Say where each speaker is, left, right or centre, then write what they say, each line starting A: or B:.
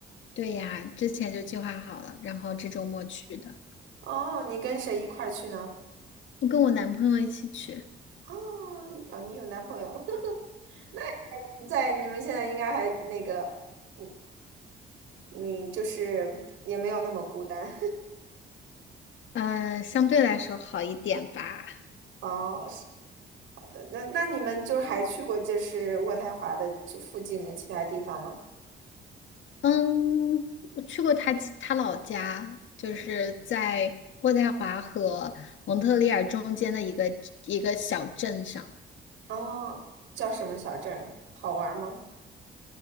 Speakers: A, on the left; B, on the right.
A: 对呀，之前就计划好了，然后这周末去的。
B: 哦，你跟谁一块儿去呢？
A: 我跟我男朋友一起去，
B: 哦，你哦，你有男朋友，<laughs> 那你在你们现在应该还那个，你你就是也没有那么孤单。
A: 嗯，相对来说好一点吧。
B: <laughs> 哦，的那那你们就还去过就是渥太华的这附近的其他地方吗？
A: 嗯，我去过他他老家，就是在渥太华和蒙特利尔中间的一个一个小镇上，
B: 哦，叫什么小镇儿好玩吗？